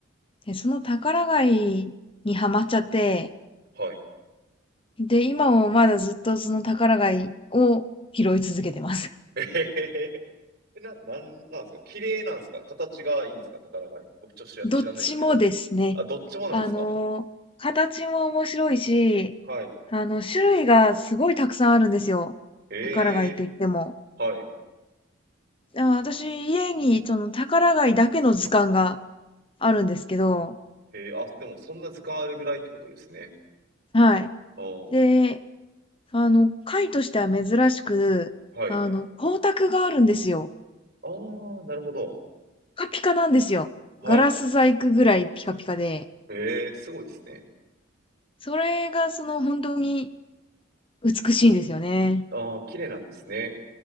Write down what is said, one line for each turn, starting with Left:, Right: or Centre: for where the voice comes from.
Left: で、その宝貝にハマっちゃって、
Right: はい。
Left: で、今もまだずっとその宝貝を拾い続けてます。
Right: えへへへ。な、なんなんですか綺麗なんですか形がいいんですか宝貝。僕ちょっと知ら、
Left: どっちもですね。
Right: 知らないんですけど。あ、どっちもなんですか
Left: あの、形も面白いし、
Right: はい。
Left: あの、種類がすごいたくさんあるんですよ。
Right: ええ
Left: 宝貝といっても。
Right: はい。
Left: あ、私、家にその宝貝だけの図鑑があるんですけど、
Right: えー、あ、でもそんな図鑑あるぐらいってことですね。
Left: はい。
Right: ああ、
Left: で、あの、貝としては珍しく、
Right: はい。
Left: あの、光沢があるんですよ。
Right: ああ、なるほど。
Left: ピカピカなんですよ。
Right: はい。
Left: ガラス細工ぐらいピカピカで、
Right: ええ、すごいですね。
Left: それがその本当に美しいんですよね。
Right: ああ、綺麗なんですね。